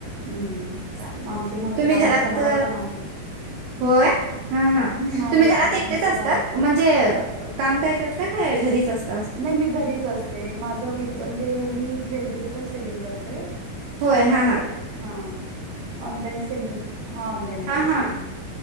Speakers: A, on the right (about 55°); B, on the right (about 80°).
A: हम्म
B: चालते
A: म आमचे
B: तुम्ही घरात
A: आमचे जनावर पण आहेत.
B: होय हा हा
A: हम्म आहे
B: तुम्ही घरात
A: की
B: एकटेच
A: मस्त
B: असतात?
A: आहेत
B: म्हणजे काम काय करता? घरीच असते
A: नाही मी घरीच असते माझ वि द् म्हणजे मी ज्वेलरीच पण सेलिंग करतोय.
B: होय
A: ऑनलाईन
B: हां हां
A: च हा ऑनलाईन सेमी मी हा ऑनलाईन
B: हां
A: करते
B: हां
A: मी.